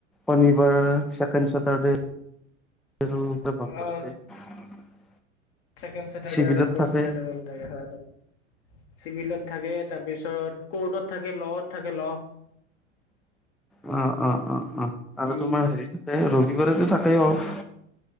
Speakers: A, in the centre; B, on the left.
A: শনিবাৰ ছেকেণ্ড চেটাৰডে'। <unintelligible>
B: অ', ছেকেণ্ড চেটাৰডে
A: চিভিলত
B: আৰু ফৰ্
A: থাকে।
B: চেটাৰডে বন্ধ থাকে হয় হয় চিভিলত। থাকে তাৰপিছত কৰ্টত থাকে লৱত থাকে ল
A: অ', অ', অ', অ, আৰু
B: উম,
A: তোমাৰ হেৰি থাকে ৰবিবাৰেতো থাকেই অফ।